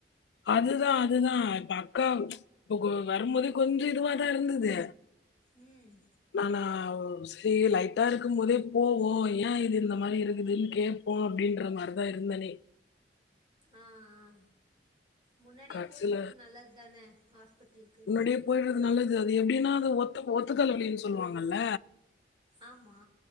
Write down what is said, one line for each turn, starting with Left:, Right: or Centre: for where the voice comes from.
Left: அதுதா அதுதா இப்ப அக்காவ் இப்ப கொ வரும்போதே கொஞ்சோ இதுவாதா இருந்தது
Right: ம்
Left: ஆனா ஒ சேரி லைட்டா இருக்கும் போதே போவோ ஏயா இது இந்த மாரி இருக்குதுன்னு கேப் போ அப்டின்ற மாறிதா இருந்தனே
Right: ஆ ஆ முன்னாடியே
Left: கட்சில
Right: போயிட்றது நல்லது தானே ஹாஸ்பிட்டலுக்கு
Left: முன்னாடியே போயிட்றது நல்லது அது எப்டின்னா அது ஒத்த ஒத்த தல வலின்னு சொல்லுவாங்கல்ல
Right: ஆமா